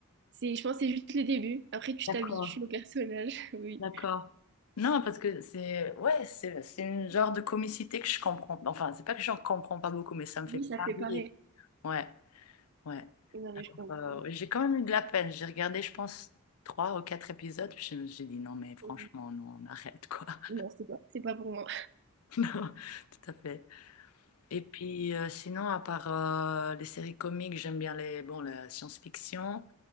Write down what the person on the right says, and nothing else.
C'est, je pense que c'est juste le début. Après, tu
t'habitues au personnage. <laughs> Oui.
Oui, ça
fait
pareil.
Non, mais je comprends.
Euh,
Non,
c'est pas, c'est pas pour moi.